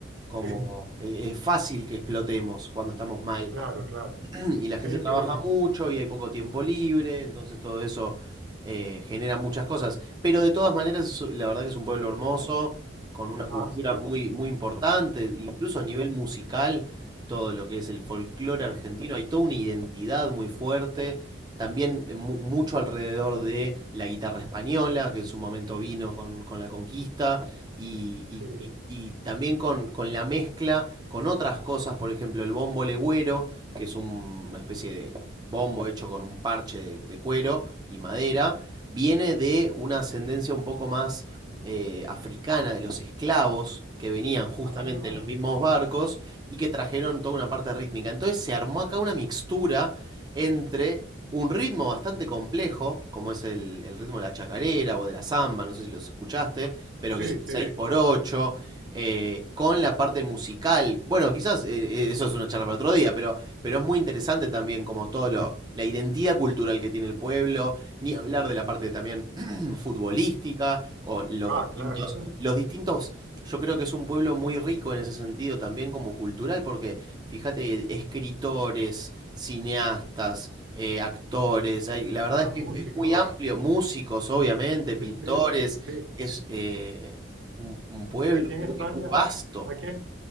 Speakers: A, on the right; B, on the right.
A: como
B: sí,
A: eh, es fácil que explotemos cuando estamos mal.
B: claro, claro.
A: <clears throat> y la
B: Sí,
A: gente
B: sí.
A: trabaja mucho y hay poco tiempo libre, entonces todo eso eh, genera muchas cosas. Pero de todas maneras, es- la verdad que es un pueblo hermoso, con una cultura
B: Ah, sí,
A: muy, muy importante, incluso a nivel musical, todo lo que es el folclore argentino, hay toda una identidad muy fuerte. También eh, mu- mucho alrededor de la guitarra española, que en su momento vino con, con la conquista, y, y-
B: sí.
A: y- y también con, con la mezcla con otras cosas, por ejemplo, el bombo legüero, que es un- una especie de bombo hecho con un parche de, de cuero y madera, viene de una ascendencia un poco más eh, africana de los esclavos que venían justamente
B: Ah,
A: en los mismos barcos y que trajeron toda una parte rítmica. Entonces se armó acá una mixtura entre un ritmo bastante complejo, como es el, el ritmo de la chacarera o de la samba, no sé si los escuchaste, pero
B: sí,
A: que es un
B: sí,
A: 6x8,
B: sí.
A: eh, con la parte musical. Bueno, quizás eh, eh, eso es una charla para otro día, pero pero es muy interesante también como todo lo, la identidad cultural que tiene el pueblo, ni hablar de la parte también <clears throat> futbolística o los
B: Ah,
A: distintos,
B: claro. <laughs>
A: los distintos, yo creo que es un pueblo muy rico en ese sentido también como cultural, porque fíjate, escritores, cineastas, eh, actores, hay- la verdad
B: Ah,
A: es
B: músicos.
A: que es muy amplio, músicos obviamente,
B: Sí,
A: pintores,
B: sí, sí.
A: es eh, un, un pueblo
B: Sí, aquí
A: muy,
B: en España,
A: muy vasto.
B: aquí en,